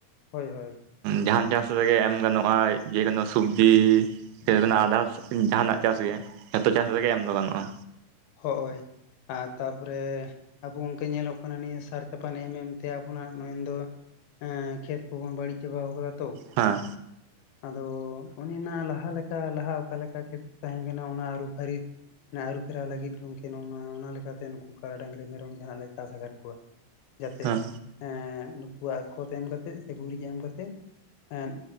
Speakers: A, on the left; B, on the right.
A: ᱦᱚᱭ ᱦᱚᱭ
B: ᱡᱟᱦᱟᱱ ᱪᱟᱥ ᱨᱮᱜᱮ ᱮᱢ ᱜᱟᱱᱚᱜᱼᱟ ᱡᱮ ᱠᱳᱱᱳ ᱥᱩᱵᱡᱤ <unintelligible>
A: ᱦᱳᱭ
B: ᱡᱟᱦᱟᱱᱟᱜ ᱪᱟᱥ ᱜᱮ ᱡᱚᱛᱚ ᱪᱟᱥ ᱨᱮᱜᱮ ᱮᱢ ᱫᱚ ᱜᱟᱱᱚᱜᱼᱟ
A: ᱦᱚᱜ ᱚᱭ ᱟᱨ ᱛᱟ ᱯᱚᱨᱮ ᱟᱵᱚ ᱜᱚᱝᱠᱮ ᱧᱮᱞᱚᱜ ᱠᱟᱱᱟ ᱱᱤᱭᱟᱹ ᱥᱟᱨ ᱠᱟᱯᱟᱱ ᱮᱢ ᱮᱢᱛᱮ ᱟᱵᱚ ᱱᱚᱜ ᱢᱮᱱᱫᱚ ᱮᱸ ᱠᱷᱮᱛ ᱠᱚᱵᱚᱱ ᱵᱟᱹᱲᱤᱡ ᱪᱟᱵᱟᱣ ᱟᱠᱟᱫᱟ ᱛᱚ
B: ᱦᱮᱸ
A: ᱟᱫᱚ ᱚᱱᱮ ᱱᱟ ᱞᱟᱦᱟ ᱞᱮᱠᱟ ᱞᱟᱦᱟ ᱚᱠᱟᱞᱮᱠᱟ ᱠᱷᱮᱛ ᱠᱚ ᱛᱟᱦᱮᱸ ᱠᱟᱱᱟ ᱚᱱᱟ ᱟᱹᱨᱩ ᱯᱷᱟᱹᱨᱤ ᱱᱟ ᱟᱹᱨᱩ ᱯᱷᱮᱨᱟᱣ ᱞᱟᱹᱜᱤᱫ ᱜᱚᱝᱠᱮ ᱱᱚᱜ ᱱᱚᱣᱟ ᱚᱱᱟ ᱞᱮᱠᱟᱛᱮ ᱱᱩᱠᱩ ᱠᱟᱲᱟ ᱰᱟᱝᱨᱤ ᱢᱮᱨᱚᱢ ᱡᱟᱸᱦᱟ ᱞᱮ ᱪᱟᱥ ᱟᱠᱟᱫ ᱠᱚᱣᱟ ᱡᱟᱛᱮ
B: ᱦᱮᱸ
A: ᱮᱸᱫ ᱱᱩᱠᱩᱣᱟᱜ ᱠᱷᱚᱛ ᱮᱢ ᱠᱟᱛᱮᱜ ᱥᱮ ᱜᱩᱨᱤᱡ ᱮᱢ ᱠᱟᱛᱮ ᱮᱸᱫ